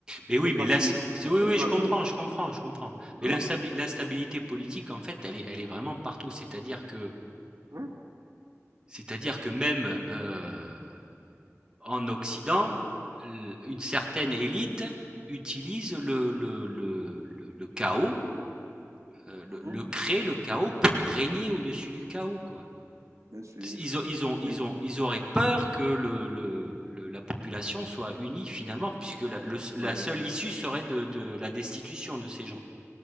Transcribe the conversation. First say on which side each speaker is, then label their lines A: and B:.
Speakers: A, on the right; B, on the right.
A: Mais
B: Je
A: oui,
B: ne sais
A: mais
B: pas
A: là,
B: si,
A: c'est
B: si
A: c'est-
B: tu
A: oui,
B: comprends
A: oui, je
B: un
A: comprends,
B: peu.
A: je comprends, je comprends.
B: Voilà.
A: Mais l'instabi- l'instabilité politique, en fait, elle est, elle est vraiment partout. C'est-à-dire que,
B: hein.
A: c'est-à-dire que même, euh, En Occident, une certaine élite utilise le, le, le, le, le chaos, euh, le,
B: Mhm.
A: le crée le chaos pour régner au-dessus du chaos, quoi.
B: Bien sûr.
A: Ils, ont, ils, ont, ils,
B: Bien sûr.
A: ont, ils auraient peur que le, le- le- la population soit unie finalement, puisque la, le- la
B: Ouais,
A: seule issue serait de, de la destitution de ces gens.